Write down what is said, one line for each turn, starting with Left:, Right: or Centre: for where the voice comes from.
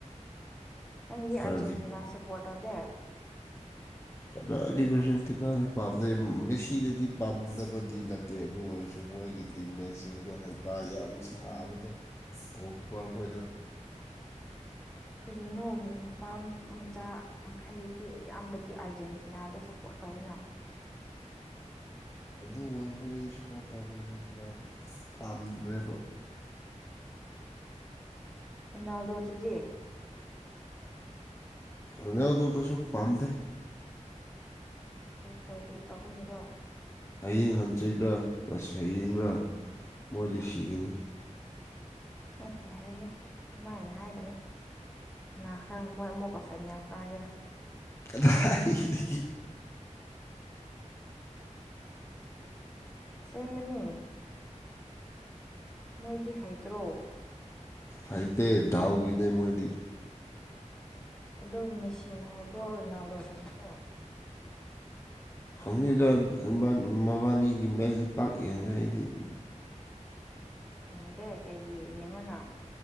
Centre: ꯅꯪꯗꯤ
Left: ꯈꯔꯗꯤ
Centre: ꯑꯥꯔꯖꯦꯟꯇꯤꯅꯥ ꯁꯄꯣꯔꯠ ꯇꯧꯗꯦ
Left: ꯑ ꯑ ꯀꯁꯟ ꯇꯤꯟꯅꯗꯤ ꯄꯥꯝꯗꯩ ꯃꯦꯁꯤꯗꯗꯤ ꯄꯥꯝꯗꯕꯗꯤ ꯅꯠꯇꯦ ꯑꯗꯨ ꯑꯣꯏꯔꯁꯨ ꯃꯣꯏꯒꯤ ꯇꯤꯝꯃꯦꯠꯁꯤꯡꯗꯣ ꯍꯥꯏꯄꯥ ꯌꯥꯝ ꯁꯥꯕꯗꯣ ꯒꯣꯜ ꯀꯤꯞꯄꯔ ꯑꯩꯈꯣꯏꯗꯣ
Centre: <unintelligible> ꯀꯔꯤꯅꯣ ꯅꯨꯄꯥ ꯃꯆꯥ ꯃꯈꯩꯗꯤ ꯑꯌꯥꯝꯕꯗꯤ ꯑꯥꯔꯖꯦꯟꯇꯤꯅꯥꯗ ꯁꯞꯄꯣꯔꯠ ꯇꯕꯤꯅꯥ
Left: ꯑꯗꯨ ꯑꯣꯏꯔꯁꯨ ꯑꯩꯗꯤ ꯁꯞꯄꯣꯔꯠ ꯇꯧꯗꯣꯏꯦ ꯁꯤꯗꯨꯅꯥꯗ ꯄꯥꯝꯗ꯭ꯔꯦꯕ
Centre: ꯎꯝ ꯅꯗꯣꯇꯗꯤ
Left: ꯑꯗꯨ ꯑꯗꯨ ꯑꯗꯨ ꯑꯗꯨꯁꯨ ꯄꯥꯟꯝꯗ
Centre: ꯀꯩ ꯀꯩ ꯇꯧꯕꯒꯤꯔꯣ
Left: ꯍꯌꯦꯡ ꯍꯟꯆꯩꯗꯁꯤ ꯁꯌꯦꯡꯒꯔ ꯃꯣꯏ ꯂꯤ ꯁꯤꯒꯅꯤ
Centre: ꯑꯦꯍꯦ ꯍꯥꯏꯔꯦꯍꯦ ꯑꯗꯨꯃꯥꯏꯅ ꯍꯥꯏꯒꯅꯨ ꯀꯅꯥ ꯈꯪ ꯃꯣꯏ ꯑꯃꯨꯛꯀ ꯐꯥꯏꯅꯦꯜ ꯀꯥꯒꯦꯔꯥ
Left: ꯗꯒꯤ
Centre: ꯁꯦꯝꯦꯃꯅꯤ ꯃꯣꯏꯗꯤ ꯍꯩꯇ꯭ꯔꯣ
Left: ꯑꯥꯏꯇꯩ ꯗꯥꯎꯒꯤꯅꯦꯦꯃꯣꯏꯗꯤ
Centre: ꯑꯗꯣ ꯃꯦꯁꯤꯅ ꯍꯥꯏꯕ꯭ꯔꯣ ꯔꯣꯅꯥꯜꯗꯣꯅ ꯍꯥꯏꯕ꯭ꯔꯣ
Left: ꯍꯪꯅꯗ ꯃꯕꯥꯅꯤꯒꯤ ꯃꯦꯁꯁꯤ ꯄꯥꯛ ꯌꯦꯡꯗ ꯍꯥꯏꯗꯤ <inaudible>
Centre: ꯌꯦꯡꯗꯦ ꯀꯩꯒꯤ ꯌꯦꯡꯉꯨꯅ